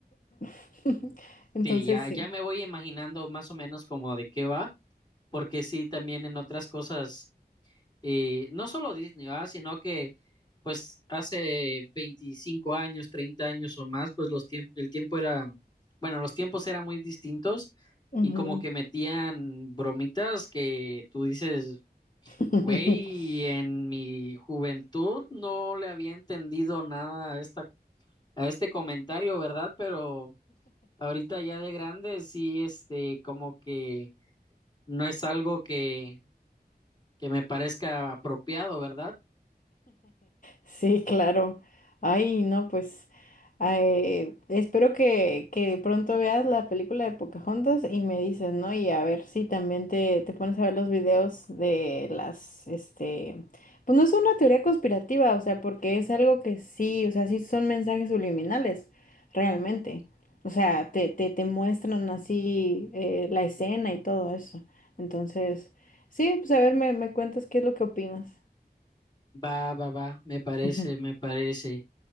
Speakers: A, on the left; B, on the left.
A: <laughs> Entonces,
B: Sí, ya,
A: sí.
B: ya me voy imaginando más o menos como de qué va, porque sí, también en otras cosas Y no solo Disney, ¿verdad? Sino que pues hace 25 años, 30 años o más, pues los tiempos, el tiempo era, bueno, los tiempos eran muy distintos
A: Ujú.
B: y como que metían bromitas que tú dices,
A: <laughs>
B: güey, en mi juventud no le había entendido nada a esta, a este comentario, ¿verdad? Pero ahorita ya de grande sí, este, como que no es algo que, que me parezca apropiado, ¿verdad?
A: Sí, claro. Ay, no, pues ay, espero que, que pronto veas la película de Pocahontas y me dices, ¿no? Y a ver si también te, te pones a ver los videos de las, este, pues no es una teoría conspirativa, o sea, porque es algo que sí, o sea, sí son mensajes subliminales, realmente. O sea, te, te, te muestran así eh, la escena y todo eso. Entonces, sí, pues a ver, me, me cuentas qué es lo que opinas.
B: Va, va, va, me parece,
A: Ujú,
B: me parece.